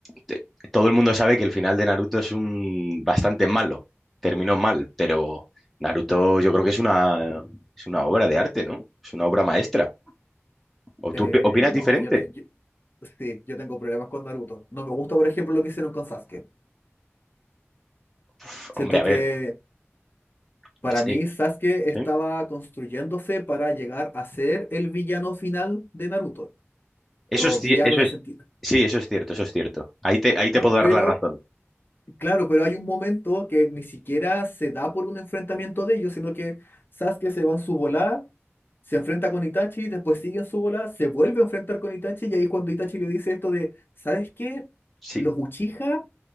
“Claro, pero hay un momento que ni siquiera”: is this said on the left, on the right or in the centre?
Left